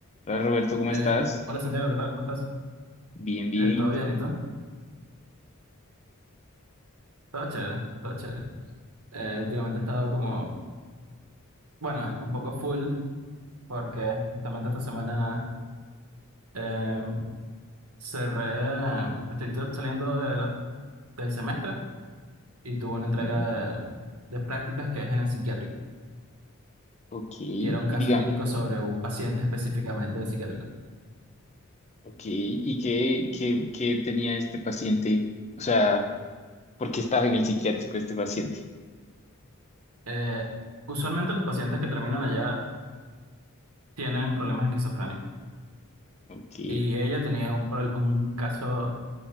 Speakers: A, on the left; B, on the right.
A: Hola Roberto, ¿cómo
B: Eh,
A: estás?
B: hola Santiago, ¿qué tal? ¿Cómo estás?
A: Bien, bien,
B: Eh, ¿todo
A: ¿y tú?
B: bien y tú? Todo chévere, todo chévere. Eh, últimamente he estado como, bueno, un poco full porque justamente esta semana eh, cerré, estoy t- saliendo de la- del semestre y tuve
A: Ujú.
B: una entrega de, de prácticas que es en el psiquiátrico
A: Ok,
B: y era un caso
A: y diga,
B: clínico sobre un paciente específicamente de psiquiátrico.
A: ok, ¿y qué, qué, qué tenía este paciente? O sea, ¿por qué estaba en el psiquiátrico este paciente?
B: Eh, usualmente los pacientes que terminan allá tienen problemas de esquizofrenia
A: Ok,
B: y ella tenía un, pro- un caso